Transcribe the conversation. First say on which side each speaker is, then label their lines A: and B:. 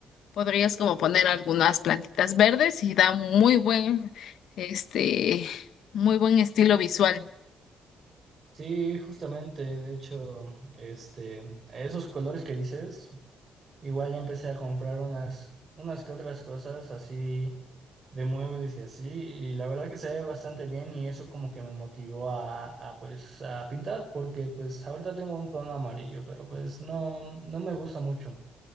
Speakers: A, on the left (about 75°); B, on the right (about 40°).
A: podrías como poner algunas plantitas verdes y da muy buen, este muy buen estilo visual.
B: Sí, justamente, de hecho, este, esos colores que dices, igual ya empecé a comprar unas unas que otras cosas así de muebles y así, y la verdad que se ve bastante bien y eso como que me motivó a, a, pues a pintar porque pues ahorita tengo un tono amarillo, pero pues no, no me gusta mucho